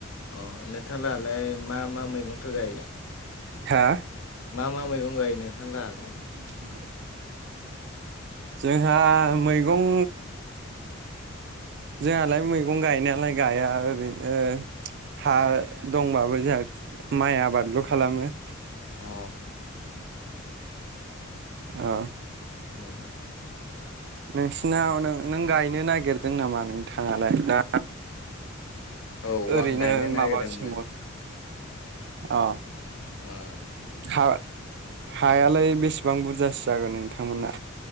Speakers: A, on the left; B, on the right.
A: अ नोंथांआलाय मा मा मैगंथ गायो?
B: हा
A: मा मा मैगं गायो? नोंथांलाहालाय
B: <inaudible> जोंहा मैगं जोंहालाय मैगं गायनायालाय गाया ओरैनो हा दंबाबो जोंहा माइ आबादल' खालामो,
A: अ
B: अ
A: उम।
B: नोंसिनाव नों गायनो नागिरदों नामा नोंथांआलाय दा?
A: औ
B: ओरैनो
A: आं गायनो नागिरदोंमोन।
B: माबा सोंहर अ
A: उम
B: हा हायालाय बेसेबां बुरजासो जागोन नोंथांमोना?